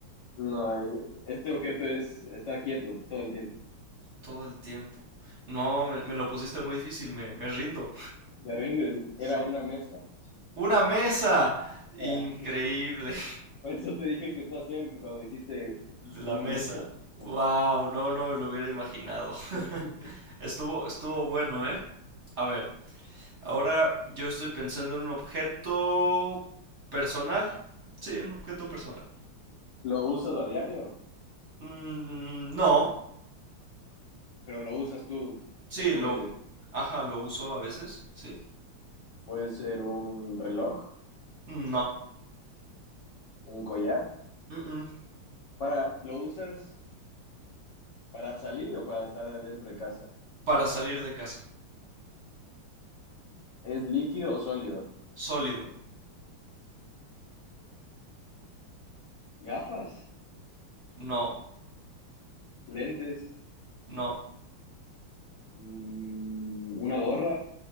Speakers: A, on the left; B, on the right.
A: no, eh, este objeto es, está quieto todo el tiempo.
B: Todo el tiempo. No, me, me lo pusiste muy difícil. Me, me rindo.
A: De rindes, era
B: Sí.
A: una mesa.
B: ¡Una mesa! Increíble.
A: Ah, <laughs> por eso te dije que está cerca cuando dijiste
B: La
A: una
B: mesa.
A: mesa. Bueno,
B: Wow, no, no me lo hubiera imaginado. <laughs>
A: eh,
B: Estuvo, estuvo bueno, ¿eh? A ver. Ahora yo estoy pensando en un objeto personal. Sí, un objeto personal.
A: ¿Lo usas a diario?
B: Mm, no.
A: Pero lo usas tú,
B: Sí,
A: te pones,
B: lo...
A: de-
B: Ajá, lo uso a veces. Sí.
A: puede ser un reloj,
B: No.
A: un collar,
B: Mm-mm.
A: para, ¿lo usas para salir o para estar adentro de casa?
B: Para salir de casa.
A: ¿Es líquido o sólido?
B: Sólido.
A: ¿Gafas?
B: No.
A: ¿Lentes?
B: No.
A: mm, ¿una gorra?